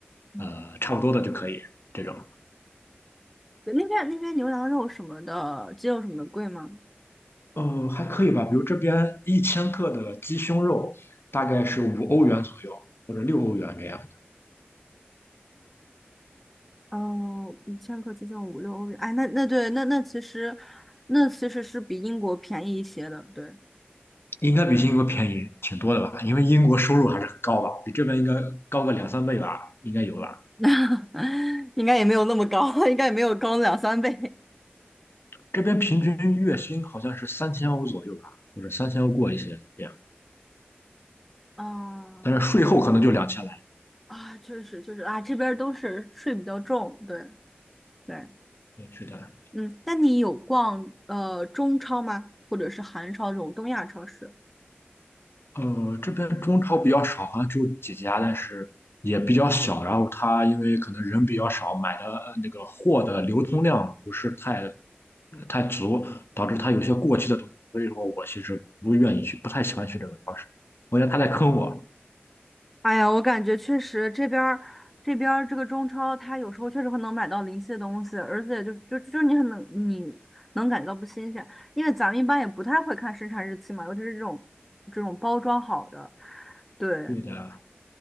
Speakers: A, in the centre; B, on the left.
A: 嗯，
B: 呃差不多的就可以这种。
A: 对那边那边牛羊肉什么的，鸡肉什么的贵吗？
B: 嗯，还可以吧，比如这边一千克的鸡胸肉大概是五欧元左右或者六欧元这样。
A: 哦，一千克接近五六欧元。哎，那那对，那那其实，那其实是比英国便宜一些的，对。
B: 应该比英国便宜挺多的吧？因为英国收入还是很高吧，比这边应该高个两三倍吧，应该有吧。
A: <laughs> 应该也没有那么高，应该也没有高两三倍。
B: 这边平均月薪好像是三千欧左右吧，或者三千欧过一些这样，
A: <laughs> 啊
B: 但是税后可能就两千来。
A: 啊，确实确实啊，这边儿都是税比较重，对对，
B: 对，是的。
A: 嗯，那你有逛呃中超吗？或者是韩超这种东亚超市？
B: 呃，这边中超比较少，好像只有几家，但是也比较小。然后他因为可能人比较少，买的呃那个货的流通量不是太太足，导致他有些过期的东西。所以说我其实不愿意去，不太喜欢去这个超市，我觉得他在坑我。
A: 哎呀，我感觉确实这边儿这边儿这个中超，它有时候确实会能买到临期的东西，而且就就就你很能你能感觉到不新鲜，因为咱们一般也不太会看生产日期嘛，尤其是这种这种包装好的，对
B: 对的，